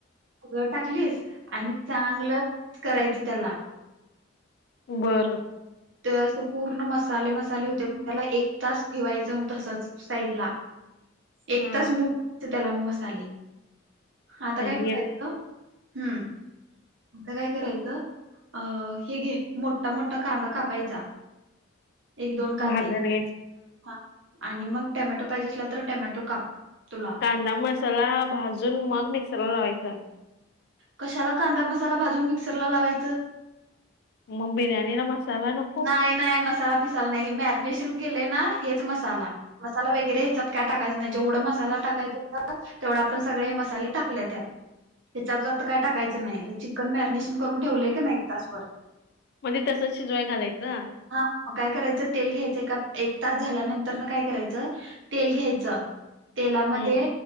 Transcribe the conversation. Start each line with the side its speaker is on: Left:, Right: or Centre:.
Right: सगळ टाकलीस आणि चांगलं करायचं त्याला
Left: बरं.
Right: ते अस पूर्ण मसाले मसाले होते पण त्याला एक तास ठेवायचं तसच साईड ला. एक
Left: हा
Right: तास <unintelligible> त्याला मसाले आता काय
Left: ही
Right: करायच
Left: एक
Right: हम्म. आता काय करायचं अह हे घे मोठा मोठा कांदा काप पायचा एक दोन कांदे
Left: भाजायला घ्यायच
Right: हा आणि मग टॅमॅटो पाहिजे असला तर टॅमॅटो काप तुला
Left: कांदा मसाला भाजून मग मिक्सर ला लावायचा
Right: कशाला कांदा मसाला भाजून मिक्सरला लावायचं
Left: म बिर्याणी ना मसाला न
Right: नाही नाही मसाला फिसाला नाही हे मॅरिनेशन केलंय ना हेच मसाला मसाला वगैरे ह्याच्यात काय टाकायचं नाही जेवढा मसाला टाकायच होता तेवढं आपण सगळे मसाले टाकले त्यात त्याच्यात आता काय टाकायचं नाही ते चिकन मॅरिनेशन करून ठेवलंय की नाही एक तासभर
Left: मध्ये तसं शिजवाय घालायचं
Right: हा काय करायचं तेल घ्यायचं ए एक तास झाल्यानंतर न काय करायचं तेल घ्यायचं तेलामध्ये
Left: हम्म